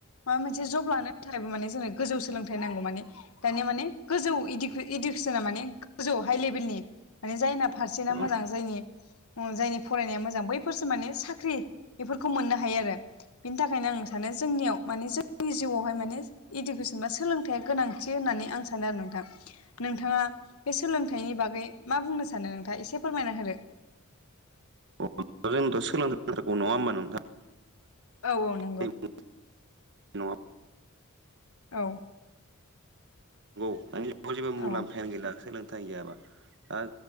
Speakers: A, on the left; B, on the right.
A: माबा मोनसे जब लानो थाखायबो माने जोंनो गोजौ सोलोंथाइ नांगौ माने दानिया माने गोजौ इडु-इडुकेसना माने गोजौ हाइ लेभेलनि माने जायना फारसे
B: औ
A: नना मोजां जायनि जायनि फरायनाया मोजां बैफोरसो माने साख्रि बेफोरखौ मोननो हायो आरो बिनि थाखायनो आं सानो जोंनियाव माने जोंनि जिउआवहाय माने इडुकेसन बा सोलोंथाइया गोनां होननानै आं सानो नोंथां नोंथाङा बे सोलों थाइनि बागै मा बुंनो सानो नोंथाङा एसे फोरमायना होदों।
B: औ जोंथ' सोलोंथ नङा होनोमबा नोंथां।
A: औ औ नंगौ।
B: नङा नंगौ
A: औ
B: नंगौ दानि मुगायाव जेबो मुलाम्फायानो
A: औ
B: गैला सोलोंथाइ गैयाबा दा